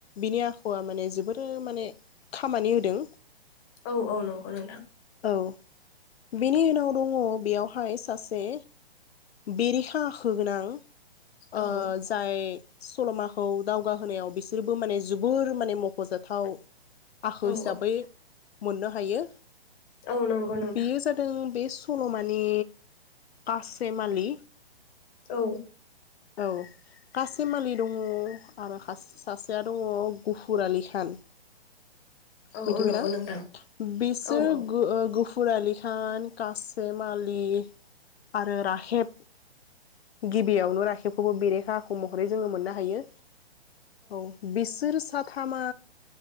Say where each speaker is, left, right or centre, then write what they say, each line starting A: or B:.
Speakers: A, on the left (about 70°); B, on the left (about 20°).
A: बिनि आखुआ माने जोबोर माने खामानि होदों।
B: औ औ नंगौ नोंथां।
A: औ बेनि उनाव दङ बेयावहाय सासे बेरेखा होगोनां ओ
B: औ
A: जाय सल'माखौ दावगाहोनायाव बिसोरबो माने जोबोर माने मख'जाथाव। आखु
B: औ
A: हिसाबै मोननो हायो।
B: औ नंगौ नोंथां
A: बेयो जादों बे सल'मानि आस फेमालि
B: औ।
A: औ कासेमलि दङ आरो सासेया दङ गुफुर आलि खान।
B: औ
A: मिथिबायना
B: औ नंगौ नोंथां
A: बिसोर
B: औ औ
A: गो-ओ गुफुर आलि खान कसेम आलि राकेब गिन बेयावनो राखेबखौबो बेरेखा आखु महरै जोङो मोननो हा थायो। औ बिसोर सा थामा